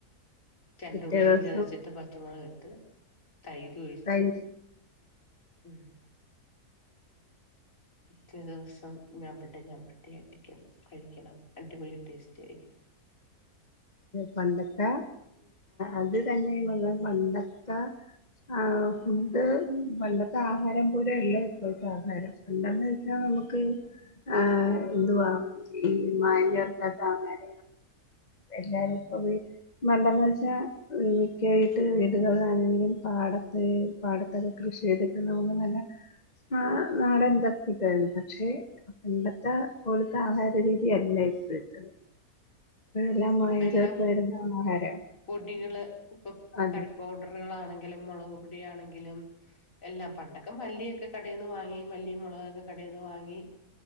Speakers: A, on the left; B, on the left.
A: ചെണ്ടുള്ളിയും
B: പിറ്റേ ദിവസം
A: ചതച്ചിട്ട് പച്ചമുളക ഇട്ട് തൈര് ഒഴിച്ച്
B: കഴിഞ്ഞ്
A: ഉം പിറ്റേ ദിവസം ഞവിടി ഞവിടി അടിക്കണം കഴിക്കണം അടി പൊളി ടേസ്റ്റ ആയിരിക്കും
B: പണ്ടൊത്തെ അത് തന്നെയ ഞാൻ പറഞ്ഞ പണ്ടത്തെ ആ ഫണ്ട് പണ്ടത്തെ ആഹാരം പോലെയല്ല ഇപ്പോൾത്തെ ആഹാരം ണ്ടന്ന് വെച്ചാൽ നമുക്ക് ആഹ് എന്തുവാ ഈ മായം ചേർക്കാത്ത ആഹാരം എല്ലാരും പ്പ വീ മണ്ടന്ന് വെച്ചാൽ വിക്കായിട്ട് വീടുകളിലാണെങ്കിലും പാടത്ത് പാടത്തൊക്കെ കൃഷി ചെയ്തിട്ട് നമുക്ക് നല്ല ആ നാടൻ തൊക്കെ കിട്ടായിരുന്നു പക്ഷെ പണ്ടത്തെ പോലത്തെ ആഹാര രീതിയല്ല ഇപ്പോഴത്തത്. ഇവയെല്ലാം മായം
A: ഇപ്പ എല്ലാം
B: ചേർത്ത് വരുന്ന ആഹാരമാണ്
A: പൊടികൾ, ഇപ്പൊ
B: അതെ
A: കറിപ്പൗഡർ. കറികളാണെങ്കിലും, മുളക്പൊടിയാണെങ്കിലും. എല്ലാം പണ്ടൊക്കെ മല്ലിയൊക്കെ കടയിൽ നിന്ന് വാങ്ങി മല്ലി മുളകൊക്കെ കടയിൽ നിന്ന് വാങ്ങി